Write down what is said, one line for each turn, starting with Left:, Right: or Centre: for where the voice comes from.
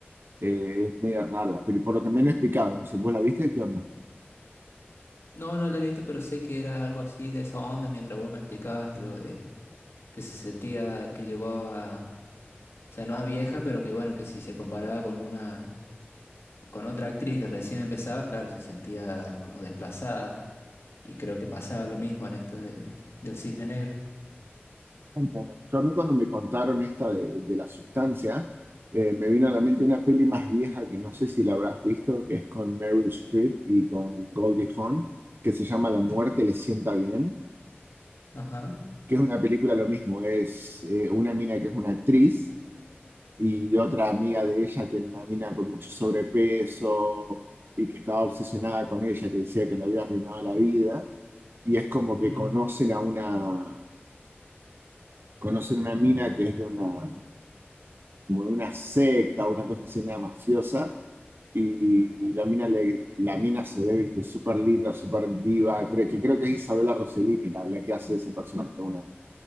Right: Eh, es media rara, pero por lo que me han explicado, no sé, ¿vos la viste? ¿Qué onda?
Left: No, no la he visto, pero sé que era algo así de esa onda mientras vos me explicabas lo de que se sentía, que llegó a, o sea, no a vieja, pero que bueno, que si se comparaba con una, con otra actriz que recién empezaba, claro, se sentía como desplazada. Y creo que pasaba lo mismo en esto de, del Cisne Negro.
Right: Claro. Yo a mí cuando me contaron esta de, de la sustancia, eh, me vino a la mente una peli más vieja que no sé si la habrás visto, que es con Meryl Streep y con Goldie Hawn, que se llama La muerte le sienta bien,
Left: Ajá.
Right: que es una película lo mismo, es eh, una mina que es una actriz y otra amiga de ella que era una mina con mucho sobrepeso y que estaba obsesionada con ella, que decía que le había arruinado la vida. Y es como que
Left: Mm,
Right: conocen a una, conocen una mina que es de una, como de una secta, una cosa así, una mafiosa. Y, y la mina, le, la mina se ve, viste, súper linda, súper diva. Creo que, creo que es Isabela Rossellini la, la que hace ese personaje, una,